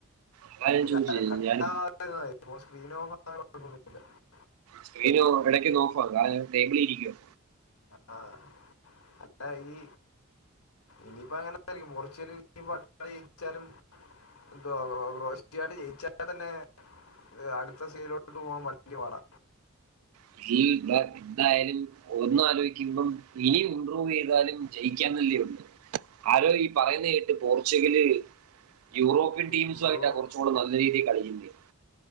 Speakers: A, on the right; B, on the left.
A: അതാ ഞാൻ
B: അല്ല
A: ചോദിച്ചത്
B: അത് കട്ടാവാ
A: ഞാൻ
B: ത്ര് ന്നാമതി ഫോൺ സ്ക്രീൻ ഓഫാ <inaudible>
A: സ്ക്രീന് എടയ്ക്ക് നോഫാ കാരണം <unintelligible> ഇരിക്കുവാ
B: അ ആ അല്ല ഈ എനിപ്പ അങ്ങനായിരിക്കും <inaudible> എന്തോ <unintelligible> ജയിച്ച തന്നെ ത് അടുത്ത സീലോട്ട് പോവാൻ വല്യ പാടാ
A: <unintelligible> എന്തായാലും ഒന്നാലോയ്ക്കുമ്പം ഇനിയും ഇമ്പ്രൂവ് ചെയ്താലും ജയിക്കാന്നല്ലേള്ളൂ ആരോ ഈ പറയുന്ന കേട്ട് പോർച്ചുഗല് യൂറോപ്യൻ
B: ഇംപ്രൂവ്
A: ടീംസായിട്ട കൊർച്ചൂടെ നല്ല രീതില് കളിക്ക്ന്നെ